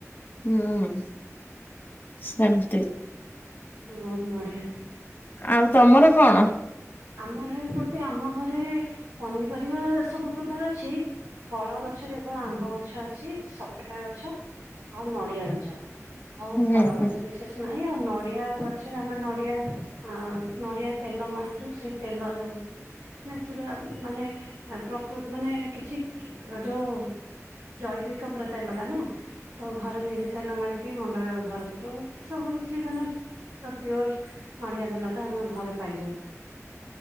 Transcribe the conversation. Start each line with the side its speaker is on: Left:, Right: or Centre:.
Left: ହୁଁ ସେମତି।
Right: ବହୁତ ବଢ଼ିଆ।
Left: ଆଉ ତମର କଣ?
Right: ଆମର ଏପଟେ ଆମ ଘରେ ପନିପରିବା ସବୁ ପ୍ରକାର ଅଛି। ଫଳ ଗଛ କେବଳ ଆମ୍ବ ଗଛ ଅଛି ସପେଟା ଗଛ ଆଉ ନଡିଆ ଗଛ। ଆଉ
Left: ହୁଁ
Right: ଫଳ
Left: ହୁଁ
Right: ଗଛ ବିଶେଷ ନାହିଁ ଆଉ ନଡିଆ ଗଛରେ ଆମେ ନଡିଆ ହଁ ନଡିଆ ତେଲ ମାରୁଛୁ ସେଇ ତେଲ ଯୋଉ ନାଚୁରାଲ ମାନେ ପ୍ରକୃତ ମାନେ କିଛି ଯୋଉ ଜୈବିକ ପୁରା ତେଲ ଟା ନା ତ ଘରେ ନିଜେ ତେଲ ମାରିକି ମୁଣ୍ଡରେ ବ୍ୟବହାର କରୁ ସବୁ କିଛି ମାନେ ପୁରା ପିଓର ନଡିଆ ତେଲ ଟା ଆମେ ଘରେ ପାଇଯାଉ।